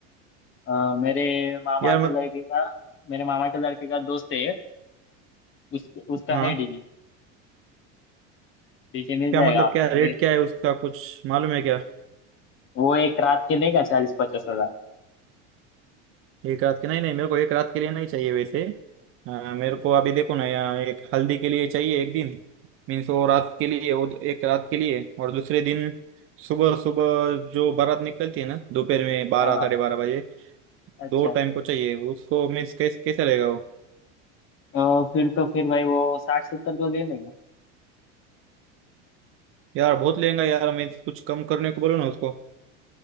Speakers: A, on the left; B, on the right.
A: अ, मेरे मामा
B: यार
A: के
B: मत
A: लड़के का मेरे मामा के लड़के का दोस्त है उस उसका
B: हाँ
A: है डीजे डीजे मिल
B: क्या
A: जाएगा
B: मतलब
A: आपको
B: क्या
A: तो
B: रेट क्या है उसका कुछ मालूम है क्या
A: वो एक रात के लेगा चालीस पचास हजार
B: एक रात के नहीं नहीं मेरे को एक रात के लिए नहीं चाहिए वैसे अ, मेरे को अभी देखो ना यहाँ एक हल्दी के लिए चाहिए एक दिन मीन्स वो रात के लिए वो एक रात के लिए और दूसरे दिन सुबह सुबह जो बारात निकलती है ना दोपहर में बारह
A: हाँ हाँ
B: साढ़े बारह बजे
A: अच्छा
B: दो टाइम को चाहिए उसको मीन्स कैसे कैसा रहेगा वो
A: अ, फिर तो फिर भाई वो साठ सत्तर तो ले लेगा
B: यार बहुत लेगा यार मीन्स कुछ कम करने को बोलो ना उसको